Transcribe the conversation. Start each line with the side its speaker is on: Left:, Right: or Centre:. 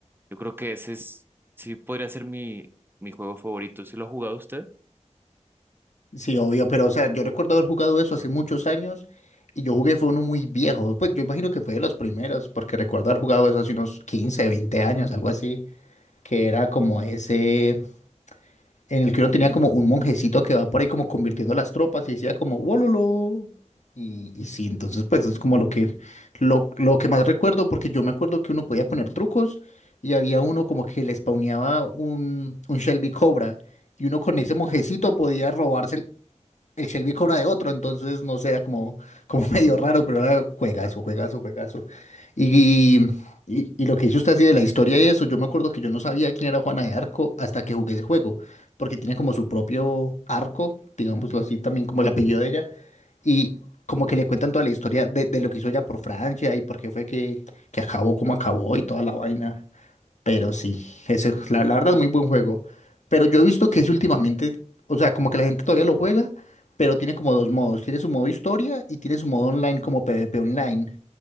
Right: Yo creo que ese es, sí podría ser mi, mi juego favorito. ¿Sí lo ha jugado usted?
Left: Sí, obvio, pero o sea, yo recuerdo haber jugado eso hace muchos años y yo jugué fue uno muy viejo. Pues yo imagino que fue de los primeros, porque recuerdo haber jugado eso hace unos 15, 20 años, algo así, que era como ese, en el que uno tenía como un monjecito que va por ahí como convirtiendo las tropas y decía como wololo. Y, y sí, entonces pues es como lo que, lo, lo que más recuerdo, porque yo me acuerdo que uno podía poner trucos y había uno como que le spawneaba un, un Shelby Cobra y uno con ese monjecito podía robarse el Shelby cobra de otro, entonces no sé, era como, como <laughs> medio raro, pero era juegazo, juegazo, juegazo. Y, y, y lo que hizo usted así de la historia y eso, yo me acuerdo que yo no sabía quién era Juana de Arco hasta que jugué ese juego, porque tiene como su propio arco, digámoslo así, también como el apellido de ella, y como que le cuentan toda la historia de, de lo que hizo ella por Francia y por qué fue que, que acabó como acabó y toda la vaina. Pero sí, ese, la, la verdad es muy buen juego. Pero yo he visto que es últimamente, o sea, como que la gente todavía lo juega, pero tiene como dos modos. Tiene su modo historia y tiene su modo online como PvP online.